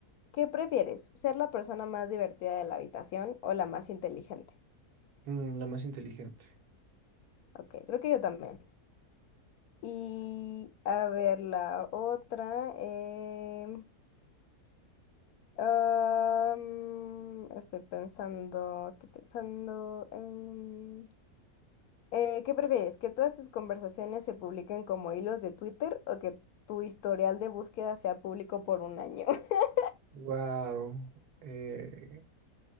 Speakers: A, on the left; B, on the right.
A: ¿Qué prefieres? ¿Ser la persona más divertida de la habitación o la más inteligente?
B: Mm, la más inteligente.
A: Ok, creo que yo también. Y a ver la otra. em, am, estoy pensando, estoy pensando. em, eh, ¿qué prefieres? ¿Que todas tus conversaciones se publiquen como hilos de Twitter o que tu historial de búsqueda sea público por un año? <laughs>
B: Wow. Eh,